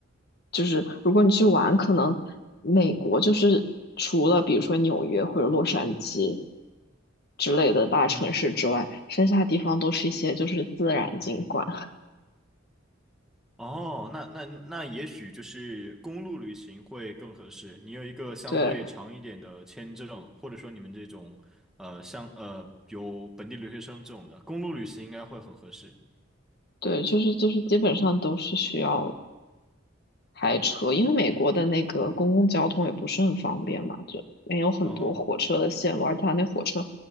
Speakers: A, on the left (about 55°); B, in the centre.
A: 就是如果你去玩，可能美国就是除了比如说纽约或者洛杉矶之类的大城市之外，
B: 嗯。
A: 剩下地方都是一些就是自然景观，<laughs>
B: 哦，那那那也许就是公路旅行会更合适。你有一个相对长一点的签证，
A: 对
B: 或者说你们这种呃像呃有本地留学生这种的，公路旅行应该会很合适。
A: 对，就是就是基本上都是需要开车，因为美国的那个公共交通也不是很方便嘛，就没有很多火车的线路，
B: 哦，
A: 而它那火车